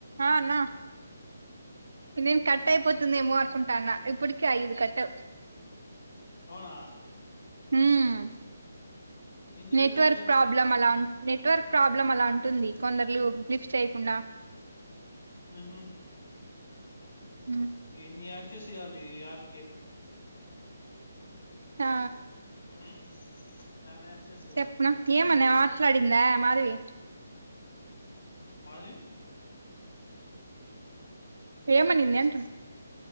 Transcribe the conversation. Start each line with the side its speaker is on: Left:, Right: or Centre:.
Right: ఆ అన్న నేను కట్ అయిపోతుందేమో
Left: ఉమ్
Right: అనుకుంటాన్న ఇప్పటికే ఐదు కట్
Left: అవునా
Right: మ్మ్
Left: ఎందుకు
Right: నెట్వర్క్
Left: ఎట్లయితాంది
Right: ప్రాబ్లమ్
Left: అది
Right: అలా ఉ నెట్వర్క్ ప్రాబ్లం అలా ఉంటుంది కొందరులు లిఫ్ట్ చేయకుండా
Left: హ్మ్ హు
Right: ఉమ్.
Left: ఎన్ని ఆఖేసి వాలి ఆక
Right: ఆ
Left: ఉమ్ చానా యాక్సెస్ ఇవ్వాలి
Right: చెప్పు ఏ మన ఆ మాట్లాడింద మాధవి
Left: మాది
Right: ప్రేమ నింది ఎంత